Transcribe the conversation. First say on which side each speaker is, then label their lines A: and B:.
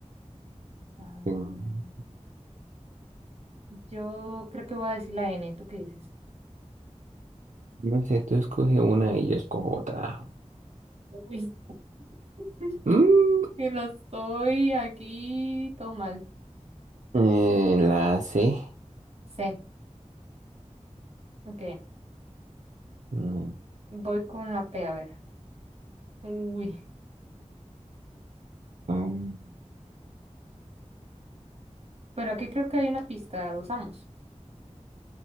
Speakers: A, on the right (about 55°); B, on the right (about 80°).
A: Ah,
B: mm,
A: yo creo que voy a decir la N. ¿Tú qué dices?
B: no sé, tú escoge una y yo escojo otra.
A: Uy. <laughs>
B: Mm,
A: Que lo estoy aquí. Todo mal.
B: eh, la C.
A: C. Ok.
B: No,
A: Voy con la P, a ver. Uy.
B: mm,
A: Bueno, aquí creo que hay una pista. ¿La usamos.